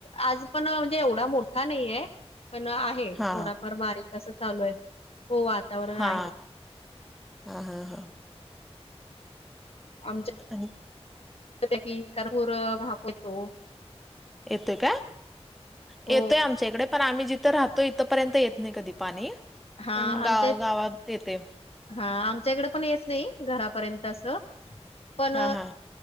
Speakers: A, on the left; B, in the centre.
A: आज पण म्हणजे एवढा मोठा नाहीय पण आहे. हे थोडाफार
B: हा
A: बारीक अस चालू आहे हो वातावरण
B: हा
A: आहे.
B: हा हा हा.
A: आम
B: आणि
A: हो की क <unintelligible> भाप होतो
B: येतोय काय
A: हो
B: येतोय आमच्या इकडं. पण आम्ही जिथं राहतो इथपर्यंत येत नाही कधी पाणी
A: हा
B: पण
A: आमच्या
B: गा गावात येते.
A: हा आमच्याकडे पण येत नाही घरापर्यंत अस. पण
B: हा हा